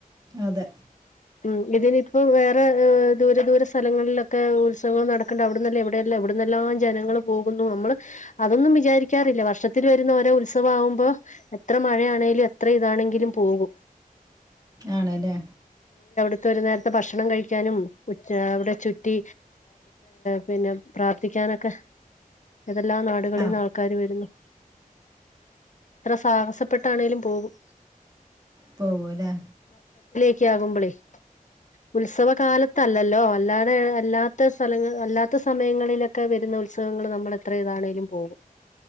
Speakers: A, on the right; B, on the left.
A: അതെ.
B: ഉം ഇതിനിപ്പോ വേറെ ദൂര ദൂര സ്ഥലങ്ങളിലൊക്കെ ഉത്സവം നടക്കേണ്ട അവിട ന്നല്ല എവിടെയല്ല എവിടുന്നെല്ലാം ജനങ്ങള് പോകുന്നു നമ്മള് അതൊന്നും വിചാരിക്കാറില്ല വർഷത്തില് വരുന്ന ഓരോ ഉത്സ വാവുമ്പോ എത്ര മഴയാണെലും എത്ര ഇതാണെങ്കിലും പോകും.
A: ആണ് ല്ലേ.
B: ത്തൊരു നേരത്തെ ഭക്ഷണം കഴിക്കാനും ഉച്ച അവിടെ ചുറ്റി പിന്നെ പ്രാർത്ഥിക്കാനൊക്കെ ഏതെല്ലാ നാടുകളിൽ
A: ആ
B: നിന്നാ ആൾക്കാര് വരുന്നു എത്ര സാഹസപ്പെട്ടാണേലും പോകും
A: പോവൂല്ലേ
B: ഉച്ചയാകുമ്പളേ ഉത്സവ കാലത്തല്ലല്ലോ അല്ലാതെ അല്ലാത്ത സ്ഥലങ്ങള് അല്ലാ ത്ത സമയങ്ങളിലൊക്കെ വരുന്ന ഉത്സവങ്ങൾ നമ്മൾ എത്രേയിണേലും പോകും